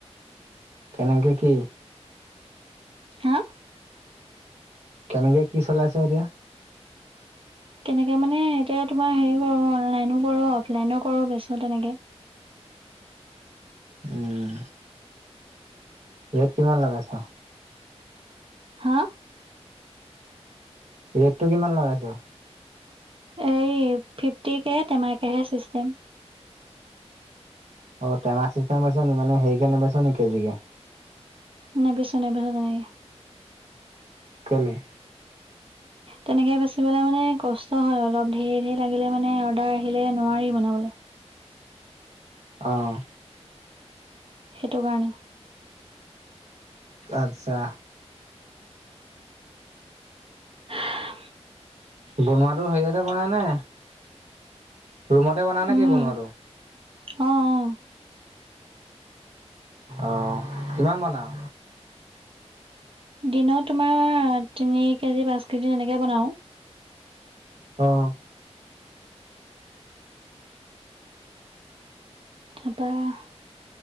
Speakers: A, on the right (about 85°); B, on the right (about 55°).
A: কেনেকে কি
B: হা
A: কেনেকে কি চলাইছে এতিয়া।
B: কেনেকে মানে এতিয়া তোমাৰ হেৰি কৰোঁ অনলাইনো কৰোঁ অফলাইনো কৰোঁ বেচো তেনেকে।
A: উম। ৰেট কিমান লগাইছ?
B: হা
A: ৰেটটো কিমান লগাইছ?
B: এই ফিফটিকে টেমাকেহে ছিষ্টেম।
A: অ' টেমা চিষ্টেম বেছ নেকি, মানে হেৰিকে নেবিচ নেকি কেজি কে?
B: নেবেছো নেবেছো তেনেকে।
A: কেলেই?
B: তেনেকে বেচিবলৈ মানে কষ্ট হয় অলপ ঢেৰ ঢেৰ লাগিলে মানে অৰ্ডাৰ আহিলে নোৱাৰি বনাবলৈ।
A: অ'।
B: সেইটো কাৰণে।
A: আচ্ছা।
B: <inaudible> হা।
A: বনোৱাটো হেৰি অতে বনাই নে ৰুমতে বনাই নে
B: উম
A: কি বনোৱাতো?
B: অ অ
A: অ' কিমান বনাও?
B: দিনৰ তোমাৰ তিনি কেজি পাঁচ কেজি এনেকে বনাও।
A: অ'।
B: তাপা-